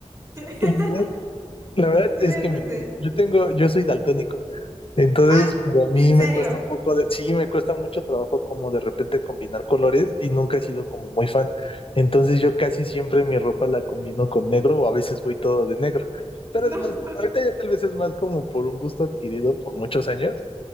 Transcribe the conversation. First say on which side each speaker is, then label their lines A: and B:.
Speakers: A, on the right; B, on the left.
A: <laughs>
B: la verdad, la verdad
A: Tú
B: es
A: eres
B: que
A: ese.
B: mira, yo tengo, yo soy daltónico, entonces
A: Ah,
B: para mí
A: ¿en
B: me
A: serio?
B: cuesta un poco de, sí, me cuesta mucho trabajo como de repente combinar colores y nunca he sido como muy fan. Entonces yo casi siempre mi ropa la combino con negro o a veces voy todo de negro. Pero
A: No.
B: es más, co-
A: <laughs>
B: ahorita ya tal vez es más como por un gusto adquirido por muchos años.